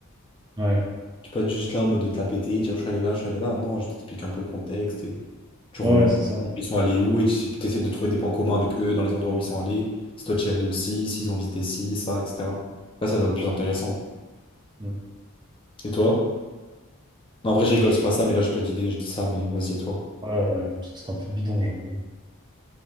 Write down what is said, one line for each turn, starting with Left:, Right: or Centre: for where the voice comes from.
Right: ouais.
Left: Tu peux pas être juste là en mode de te la péter et dire je suis allé là, je suis allé là. Non, je t'explique un peu le contexte et tu relances.
Right: Ouais, c'est ça.
Left: Ils sont allés où et tu essaies de trouver des points communs avec eux dans les endroits où ils sont allés. Si toi tu y es allé aussi, s'ils ont visité ci, ça, etc. Là, ça devient plus intéressant.
Right: Mm.
Left: Et toi? Non, en vrai, je rigole, c'est pas ça, mais là, j'ai pas d'idée, je dis ça, mais vas-y, et toi?
Right: Ouais, ouais, ouais, parce que c'est un peu bidon, j'avoue.